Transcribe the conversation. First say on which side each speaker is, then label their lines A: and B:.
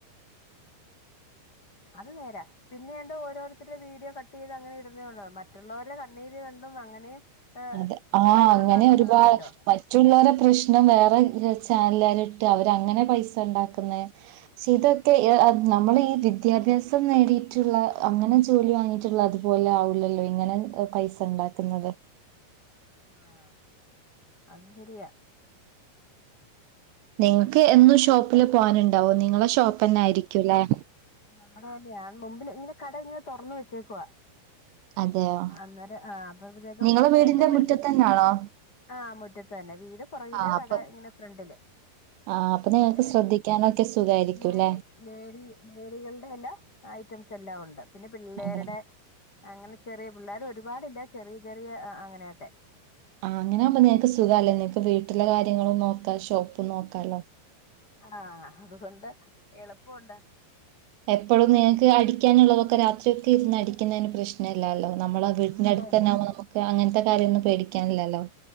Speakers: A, on the left; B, on the right.
A: ആ അത് നേരാ പിന്നെയണ്ട് ഓരോരുത്തരുടെ വീഡിയോ കട്ട് ചെയ്ത് അങ്ങനെ ഇടുന്നണ്ട മറ്റുള്ളവരെ കണ്ണിര് കണ്ടും അങ്ങനെയും ഏഹ്
B: അതെ ആ
A: പൈസ
B: അങ്ങനെ
A: ഉണ്ടാക്കുന്നതുണ്ടല്ലോ
B: ഒരുപാ മറ്റുള്ളവരെ പ്രശ്നം വേറെ <unintelligible> <unintelligible> അവരങ്ങനെ പൈസ ഇണ്ടാക്കുന്ന പക്ഷെ ഇതൊക്കെ നമ്മൾ ഈ വിദ്യാഭ്യാസം നേടിയിട്ടുള്ള അങ്ങനെ ജോലി വാങ്ങിയിട്ടുള്ള അതുപോലെ ആവില്ലല്ലോ ഇങ്ങനെ പൈസ ഉണ്ടാക്കുന്നത്
A: ആഹ് അത് ശരിയാ
B: നിങ്ങൾക്ക് എന്നും ഷോപ്പില് പോകാനുണ്ടാവോ നിങ്ങളെ ഷോപ്പന്നെ ആയിരിക്കുംല്ലേ?
A: നമ്മെടെയന്നാ മുമ്പില് ഇങ്ങനെ കട ഇങ്ങനെ തുറന്ന് വെച്ചേക്കുവാ.
B: അതെയോ
A: അന്നേരം ആ അപ്പൊ ഇത്തേക്കും
B: നിങ്ങളെ വീടിന്റെ
A: വല്ലും പിടിപ്പി
B: മുറ്റത്തന്നാണോ
A: ആ മുറ്റത്ത് തന്നെ വീട് പുറകില്
B: ആഹ് അപ്പൊ
A: കട ഇങ്ങനെ ഫ്രണ്ടില്
B: ആഹ് അപ്പൊ നിങ്ങൾക്ക്
A: ഏ
B: ശ്രദ്ധിക്കാനൊക്കെ സുഖായിരിക്കുംല്ലേ
A: ലേഡി ലേഡി ലേഡികൾടെ എല്ലാ ഐറ്റംസ് എല്ലാം ഉണ്ട്. പിന്നെ പിള്ളേര്ടെ
B: അതെ
A: അങ്ങനെ ചെറിയ പിള്ളേർ ഒരുപാട്ണ്ട് ചെറിയ ചെറിയ അങ്ങനെയൊക്കെ.
B: ആ അങ്ങനെകുമ്പോ നിനക്ക് സുഖ അല്ലേ നിനക്ക് വീട്ടിലെ കാര്യങ്ങളും നോക്കാ ഷോപ്പും നോക്കാല്ലോ.
A: ആ അതുകൊണ്ട് എളുപ്പഉണ്ട്.
B: എപ്പോഴും നിങ്ങക്ക് അടിക്കാനുള്ളതൊ ക്കെ രാത്രി ടിക്കുന്നതിന് പ്രശ്നംല്ലല്ലോ നമ്മള വീടിന
A: ഇല്ല
B: അടുത്ത്
A: ഇല്ല
B: തന്നെകുമോ നമക്ക് അങ്ങനത്തെ കാര്യംന്നും പേടിക്കാനില്ലല്ലോ